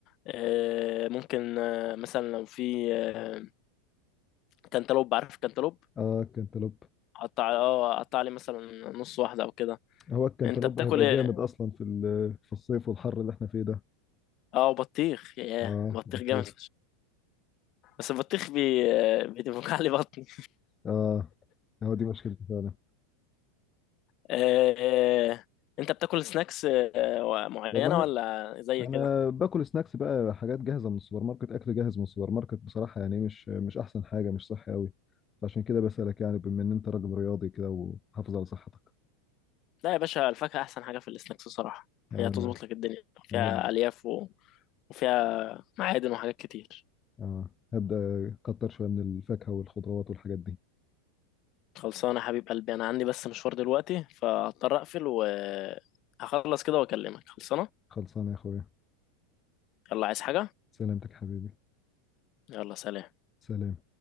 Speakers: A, on the left; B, on the left.
A: آه، ممكن آه، مثلا لو في آه، كانتالوب عارف الكانتالوب
B: اه الكنتالوب
A: اقطع اه اقطع لي مثلا نص واحده او كده
B: هو الكنتالوب
A: انت بتاكل
B: هيبقى
A: ايه
B: جامد اصلا في ال- في الصيف والحر اللي احنا فيه ده
A: اه بطيخ ياه
B: اه
A: بطيخ
B: بطيخ
A: جامد بس البطيخ بي... بيدفك <laughs> علي بطني
B: اه هو دي مشكلته فعلا
A: آه، آه، انت بتاكل سناكس آه، معينة
B: والله
A: ولا زي
B: انا
A: كده
B: باكل سناكس بقى حاجات جاهزه من السوبر ماركت اكل جاهز من السوبر ماركت بصراحه يعني مش مش احسن حاجه مش صحي قوي فعشان كده بسالك يعني بما ان انت راجل رياضي كده وحافظ على صحتك
A: لا يا باشا الفاكهة احسن حاجة في السناكس بصراحة
B: انا
A: هي تظبط لك الدنيا فيها
B: هب-
A: الياف و... وفيها معادن وحاجات كتير
B: آه، هبدا اكتر شويه من الفاكهه والخضروات والحاجات دي
A: خلصانة يا حبيب قلبي انا عندي بس مشوار دلوقتي فهضطر اقفل وهخلص كده واكلمك خلصانة
B: خلصانه يا اخويا
A: يلا عايز حاجة
B: سلامتك يا حبيبي
A: يلا سلام
B: سلام